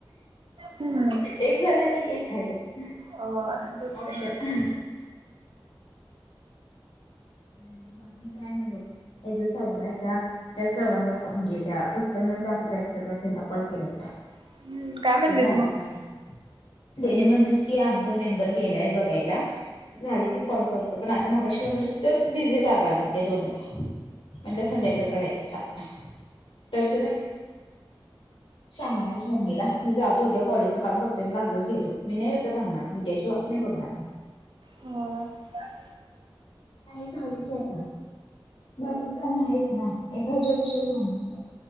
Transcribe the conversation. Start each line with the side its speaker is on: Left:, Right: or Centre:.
Right: हम्म
Left: एक झाल्याने की आहे बघं
Right: होय तेच
Left: ऑप्शन.
Right: की.
Left: बाकी कायं नाहीं बघं हेंच संग आंता. त्यां सवणंला म्हणजे त्यां उत्पन्न दाखवंता सगव त्यांला कॉल केलां होतां.
Right: हम्म काय म्हणलीत
Left: ते झाली
Right: मग?
Left: काले. त्यांने म्हटलं की आमचा मेंबर गेलांय बघायंला झालं की कॉल करं. पणं आंता मंग कशी लावली तरं बिझी लांगा लागली दोन वेळां आंता संध्याकाळी करायचं चालूं पैसे द्या सांगणारच मम्मीला म्हणजे आंता उद्यांलेजा तूं तूझ्या काॅलेज कामं बघं लागलंच घेतो मी नाहीं आंता थांबणार ऊद्याची वाटं नाहीं बघणांर मी
Right: हं कायं
Left: कायं झालं की आंता बाकीचं नाहींच नां एकां यांच्यावर कशाला थांबली मंग